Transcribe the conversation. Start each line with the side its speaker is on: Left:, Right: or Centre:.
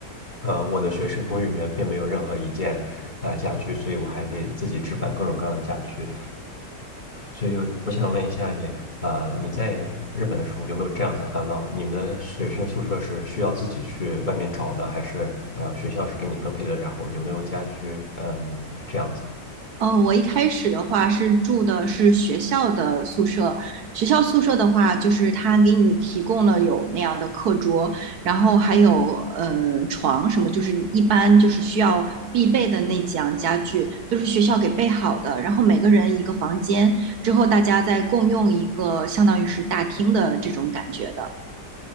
Left: 呃我的学生公寓里面并没有任何一件呃家具，所以我还得自己置办各种各样的家具。所以我想问一下你，呃，你在日本的时候有没有这样子的烦恼？你们的学生宿舍是需要自己去外面找的，还是呃学校是给你分配的？然后有没有家居？嗯，这样子。
Right: 嗯，我一开始的话是住的是学校的宿舍，学校宿舍的话，就是他给你提供了有那样的课桌，然后还有呃床什么，就是一般就是需要必备的那几样家具都是学校给备好的，然后每个人一个房间，之后大家再共用一个相当于是大厅的这种感觉的。